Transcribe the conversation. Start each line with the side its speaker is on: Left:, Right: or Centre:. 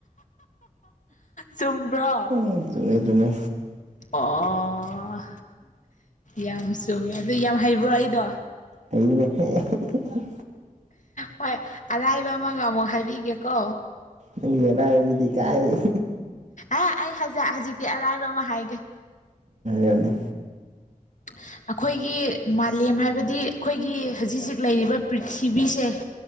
Left: ꯆꯨꯝꯕ꯭ꯔꯣ
Right: ꯑꯦ ꯆꯨꯝꯃꯦ ꯆꯨꯝꯃꯦ
Left: ꯑꯥ ꯑꯣ ꯌꯥꯝ ꯆꯨꯝꯃꯦ ꯑꯗꯨ ꯌꯥꯝ ꯍꯩꯕ꯭ꯔꯣ ꯑꯩꯗꯣ
Right: ꯍꯩꯅꯦ ꯍꯦ ꯍꯦ ꯍꯦ ꯍꯤ
Left: ꯍꯣꯏ ꯑꯔꯥꯏꯕ ꯑꯃꯒ ꯑꯃꯨꯛ ꯍꯥꯏꯕꯤꯒꯦꯀꯣ
Right: ꯅꯪꯒꯤ ꯑꯔꯥꯏꯕꯗꯨꯗꯤ ꯀꯥꯏꯗꯒꯤ
Left: ꯑꯥ ꯑꯩꯖꯤ ꯍꯧꯖꯤꯛꯇꯤ ꯑꯔꯥꯏꯕ ꯑꯃ ꯍꯥꯏꯒꯦ
Right: ꯌꯥꯅꯤꯌꯥꯅꯤ
Left: <inaudible> ꯑꯩꯈꯣꯏꯒꯤ ꯃꯥꯂꯦꯝ ꯍꯥꯏꯕꯗꯤ ꯑꯩꯈꯣꯏꯒꯤ ꯍꯧꯖꯤꯛ ꯍꯧꯖꯤꯛ ꯂꯩꯔꯤꯕ ꯄ꯭ꯔꯤꯊꯤꯕꯤꯁꯦ <inaudible>